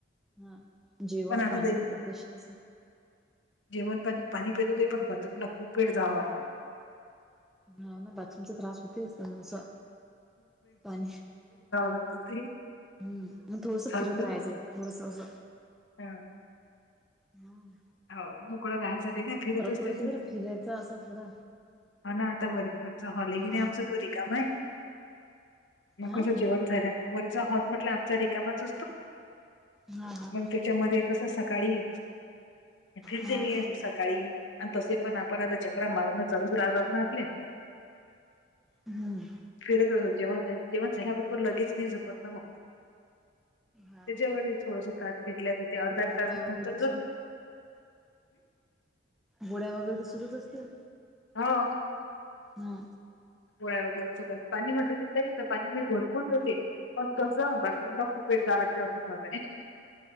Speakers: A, in the centre; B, on the left.
A: हां. जेवणं
B: पण आता
A: पाणी पद्धतशीर असं.
B: जेवणं पाणी. पाणी पेल की बाथरूमला खूंप वेळं जावं वाटतय.
A: हा ना. बाथरूमचा त्रास होतोय असा. पाणी-
B: वत ते <unintelligible>
A: हम्मं मगं थोडंसं
B: चालूच
A: फिरतं राहायचं. थोडंसं असं
B: हां.
A: हम्मं.
B: हो मोकळ राहाय साठी नां फिरत असतें
A: पडतो
B: तो.
A: बरं फिरायचा असा थोडा
B: ह ना आता वर वरच हॉल आहे
A: हा
B: कि नाही आमचं तो रिकामाय. मग
A: हा
B: कसं जेवन झालं वरचा होल म्हटलं आमचा रिकामाच
A: हा हा
B: मग त्याच्यामध्ये कस सकाळी फिरते
A: हा
B: मी सकाळी. आणि तसे पण आपण आता चकरा मारण चालूच राहात ना आपले.
A: हम्म.
B: फिरत जेवण. जेवण झाल्याबरोबर लगेच नाही झोपत ना मग.
A: हा
B: त्याच्या व थोडस कारात फिरल्या जाते अर्धा
A: गोळ्या
B: तास
A: वगैरे
B: नंतर जो
A: गोळ्या वगैरे तर सुरूच असतील.
B: हा.
A: हा.
B: गोळ्या वगैरें घेतांना पाणी म्हटलं की नाहीं तरं पाणी मी भरंपूर पिते. पणं कसं नां बाथरूमला खूंप वेळं जावां लागते असं झालं तुझं.